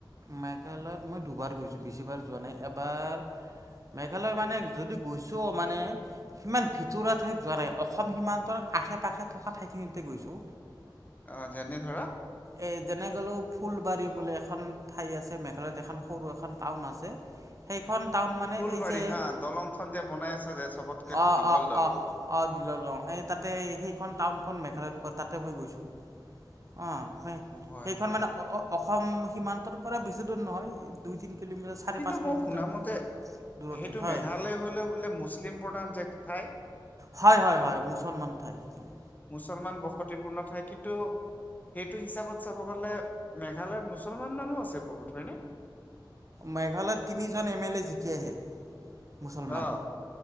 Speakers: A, on the right (about 40°); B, on the left (about 20°).
A: মেঘালয়ত মই দুবাৰ গৈছোঁ বেছিভাৰ যোৱা নাই এবাৰ মেঘালয় মানে যদি গৈছোঁ মানে সিমান ভিতৰুৱা ঠাইত যোৱা নাই অসম সীমান্তৰ আশে পাশে থকা ঠাইখিনিতে গৈছোঁ
B: অ', যেনে ধৰা
A: এই যেনে গ'লেও ফুলবাৰী বুলিো এখন ঠাই আছে মেঘালয়ত এখন সৰু এখন টাউন আছে। সেইখন টাউন মানে
B: ফুলবাৰী
A: এই যে
B: হা দলংখন যে বনাই আছা যে চবতকে
A: অ',
B: দীঘল
A: অ',
B: দলং
A: অ', অ' অ', দল লওঁ এই তাতে সেইখন টাউনখন মেঘালয়ত প তাতে মই গৈছো অ', হয়
B: হয়
A: সেইখন
B: হয়
A: মানে অ অসম সীমান্তৰ পৰা বেছি দূৰ নহয় দুই তিন কিলোমিটাৰ চাৰি
B: কিন্তু
A: পাঁচ কিলোমিটাৰ
B: মই শুনাামতে
A: দূৰতে
B: সেইটো
A: হয়
B: মেঘালয় হ'লে বোলে মুছলিম প্ৰধান যে ঠাই
A: হয় হয় হয় মুছলমান ঠাই সেইখিনি
B: মুছলমান বসতিপূৰ্ণ ঠাই কিন্তু সেইটো হিচাপত চাব গলে মেঘালয়ত মুছলমান মানুহ আছে বহুত হয়নে?
A: মেঘালয়ত তিনিজন এম এল এ জিকি আহে মুছলমান
B: অ',